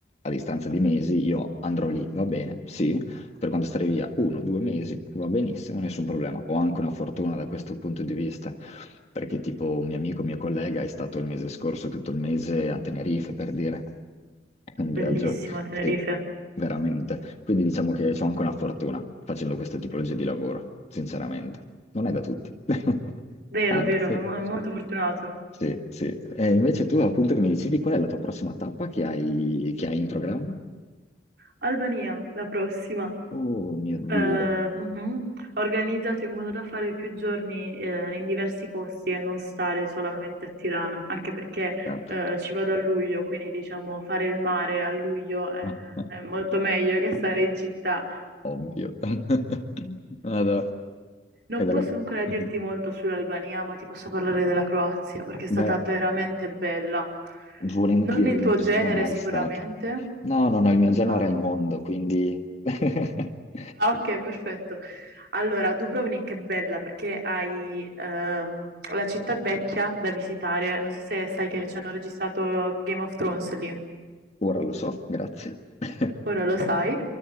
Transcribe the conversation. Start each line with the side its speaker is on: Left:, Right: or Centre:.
Left: a distanza di mesi io andrò lì, va bene, sì, per quanto stare via uno, due mesi, va benissimo, nessun problema. Ho anche una fortuna da questo punto di vista, perché tipo un mio amico, mio collega, è stato il mese scorso tutto il mese a Tenerife, per dire. È un
Right: Bellissima
Left: viaggio,
Right: Tenerife.
Left: sì, veramente. Quindi diciamo che ho anche una fortuna facendo queste tipologie di lavoro, sinceramente. Non è da tutti. <laughs>
Right: Vero,
Left: Anzi,
Right: vero, è mo- molto fortunato.
Left: sì, sì. E invece tu appunto che mi dicevi qual è la tua prossima tappa che hai, che hai in programma?
Right: Albania, la prossima.
Left: Oh mio Dio.
Right: Eh, mhm. Organizzato in modo da fare più giorni eh, in diversi posti e non stare solamente a Tirana, anche perché
Left: Certo.
Right: eh, ci vado a luglio, quindi diciamo fare il mare a luglio è,
Left: <laughs>
Right: è molto meglio che stare in città.
Left: Ovvio. <laughs> Vado.
Right: Non
Left: È dalla...
Right: posso ancora dirti
Left: Mhm.
Right: molto sull'Albania, ma ti posso parlare della Croazia perché è
Left: Beh,
Right: stata veramente bella.
Left: volentieri,
Right: Non il
Left: non
Right: tuo
Left: ci
Right: genere
Left: sono mai
Right: sicuramente.
Left: state. No, no, no, il mio genere
Right: Ah,
Left: è il mondo, quindi... <laughs>
Right: Ah, ok, perfetto. Allora, Dubrovnik è bella perché hai ehm, la città vecchia da visitare. Non so se sai che ci hanno registrato Game of Thrones lì.
Left: Ora lo so, grazie. <laughs>
Right: Ora lo sai,